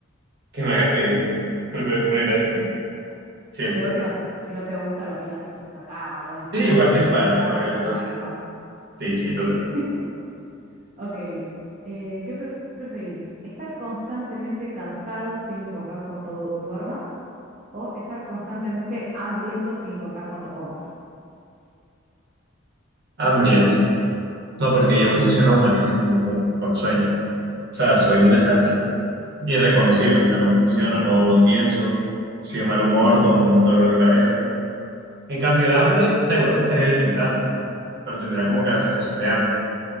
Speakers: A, on the right; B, on the right.
A: que no haya pedido, prefiero comer gratis,
B: <laughs>
A: siempre.
B: De última, si no te gusta, lo tiras y cha- ya está, o lo dejas
A: Sí,
B: de,
A: igual
B: eh,
A: ni le
B: de
A: pagaste
B: costado,
A: por
B: se
A: él,
B: lo
A: entonces.
B: das a alguien más.
A: Sí, sí,
B: Sí.
A: total.
B: <laughs> Ok, eh, ¿qué pre- preferís? ¿Estar constantemente cansado sin importar cuánto du- duermas? ¿O estar constantemente hambriento sin importar cuánto comas?
A: Hambriento. No, porque yo funciono malísimo con, con sueño. O sea, soy un desastre. Irreconocible. O sea, no funciono,
B: Mm,
A: no, no pienso. Soy de mal humor, con dolor de cabeza. En cambio, el hambre, da igual, me estaría alimentando. Pero tendrá como que la sensación de hambre.